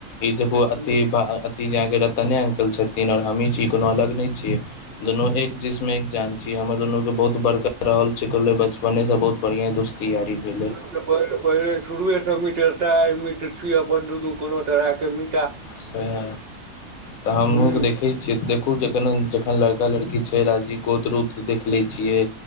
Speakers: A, on the left (about 75°); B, on the right (about 60°).
A: ईद ओ अथी
B: हुँ
A: बा अथी जाक रतने अंकल छथिन और हम्ही छी कोनो अलग नै छियै। दुनू एक
B: हुँ
A: जिस्म एक जान छी, हमर दुनू के बहुत बड़का रहल छैले बचपने से बहुत बढ़िया दोस्ती यारी भेलै।
B: अ पहिले पहिले शुरुवे से मित्रता अ मित्र छी अपन दुनू कोनो तरह के मी
A: सैह तऽ हम्हु
B: हुँ
A: के देखि से देखू जखन-जखन लड़का-लड़की छै राजी, गोत्र-उत्र देख ले छियै,